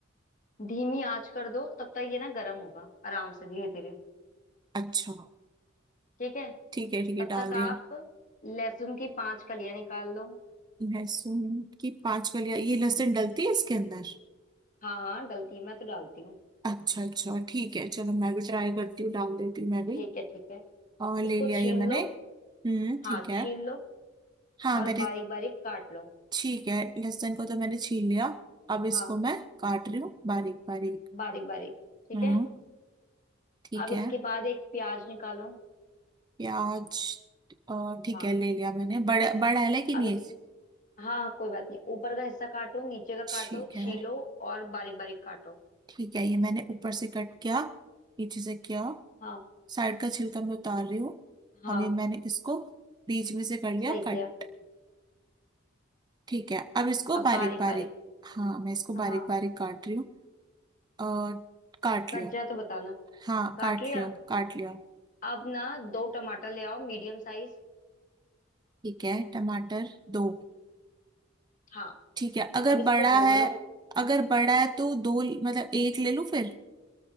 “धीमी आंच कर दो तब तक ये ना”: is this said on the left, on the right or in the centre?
Left